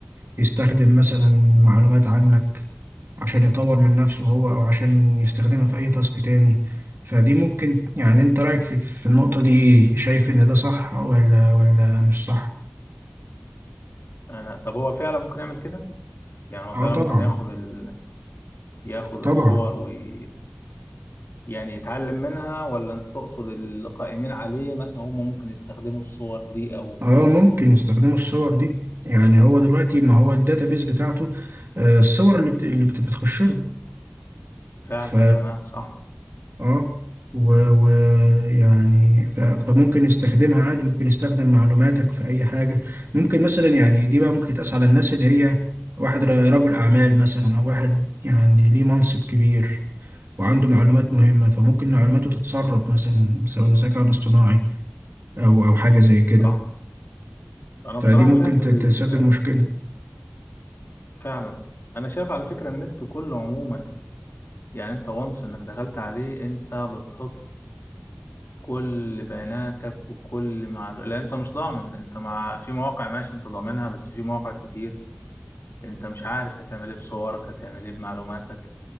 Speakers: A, on the right; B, on the left.
A: يستخدم مثلا معلومات عنك عشان يطور من نفسه هو او عشان يستخدمها في اي تاسك تاني فدي ممكن يعني انت رأيك في, في النقطة دي ايه شايف ان ده صح ولا ولا مش صح
B: انا طب هو فعلا ممكن يعمل كده يعني هو
A: اه
B: فعلا
A: طبعا
B: ممكن ياخد ال... ياخد
A: طبعا
B: الصور ويعني يتعلم منها ولا انت تقصد القائمين عليه مثلا هم ممكن يستخدموا الصور دي او
A: اه ممكن يستخدموا الصور دي يعني هو دلوقتي ما هو الداتابيز بتاعته آه، الصور اللي بت... اللي بت- بتخش له
B: فعلا
A: ف
B: تمام صح
A: اه ويعني ف... فممكن يستخدمها عادي ممكن يستخدم معلوماتك في اي حاجه ممكن مثلا يعني دي بقى ممكن تقاس على الناس اللي هي واحد ر- رجل اعمال مثلا او واحد يعني ليه منصب كبير وعنده معلومات مهمه فممكن معلوماته تتسرب مثلا بسبب الذكاء الاصطناعي او او حاجه زي كده
B: صح انا
A: فدي
B: بصراحه
A: ممكن
B: شايف
A: ت-
B: ال...
A: تسبب مشكله
B: فعلا انا شايف على فكره النت كله عموما يعني انت وانس انك دخلت عليه انت بتحط كل بياناتك وكل معلومة لان انت مش ضامن انت مع في مواقع ماشي انت ضامنها بس في مواقع كتير انت مش عارف هتعمل ايه بصورك هتعمل ايه بمعلوماتك